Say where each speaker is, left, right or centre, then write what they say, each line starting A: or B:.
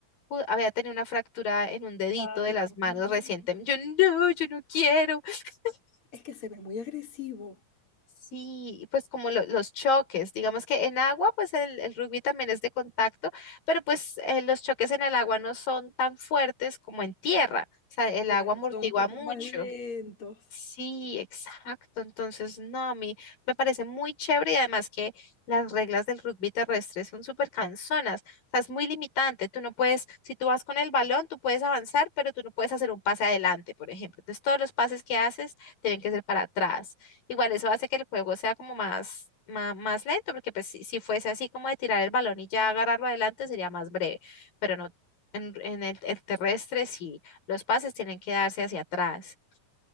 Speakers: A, on the left; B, on the left.
A: ju- había tenido una fractura en un dedito
B: Ay,
A: de las
B: Dios
A: manos
B: mío.
A: recientemente. Yo no, yo no quiero. <laughs>
B: Es que se ve muy agresivo.
A: Sí, y pues como lo- los choques, digamos que en agua, pues el, el rugby también es de contacto, pero pues eh, los choques en el agua no son tan fuertes como en tierra, o sea, el
B: Claro,
A: agua amortigua
B: son un poco
A: mucho.
B: más lentos.
A: Sí, exacto. Entonces, no, a mí me parece muy chévere y además que las reglas del rugby terrestre son súper cansonas. O sea, es muy limitante. Tú no puedes, si tú vas con el balón, tú puedes avanzar, pero tú no puedes hacer un pase adelante, por ejemplo. Entonces, todos los pases que haces tienen que ser para atrás. Igual eso hace que el juego sea como más, ma- más, lento, porque pues si, si fuese así como de tirar el balón y ya agarrarlo adelante sería más breve, pero no. En, en el el terrestre, sí, los pases tienen que darse hacia atrás